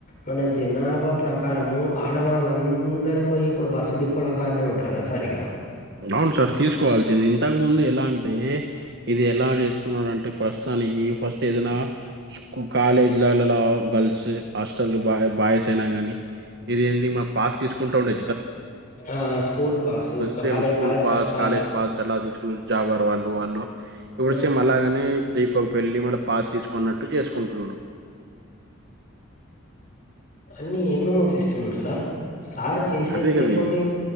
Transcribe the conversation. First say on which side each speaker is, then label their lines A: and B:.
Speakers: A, on the left (about 40°); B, on the right (about 55°).
A: మన జన్న జనాభా ప్రకారము ఆడవాళ్ళ అందరు పోయి ఇప్పుడు బస్సు డిపోల కానే ఉంటరు కదా సరిగా
B: అవును సార్ తీసుకోవాల్సింది ఇంతకు ముందు ఎలా అంటే ఇది ఎలా చేస్తున్నారు అంటే ప్రస్తుతం నికి ఫస్ట్ ఏదైనా కాలేజ్ లలో గర్ల్స్ హాస్టల్ బా బాయ్స్ అయినా గానీ ఇది ఏంది మన పాస్ తీసుకుంటా ఉండే
A: ఆ school pass
B: same
A: college
B: school
A: college
B: pass
A: కా
B: కాలేజ్ పాస్ అట్లా తీసుకుని జాబారు వాళ్ళు వాళ్ళు ఇప్పుడు
A: ఆ
B: సేమ్ అలాగనే దీపకు పెళ్లి మళ్ళ పాస్ తీసుకున్నట్టు చేసుకుంటున్నాడు
A: అన్ని ఏమేమో చేస్తున్నారు సార్ సార్ చేసేటి
B: అదే కదా
A: కొన్ని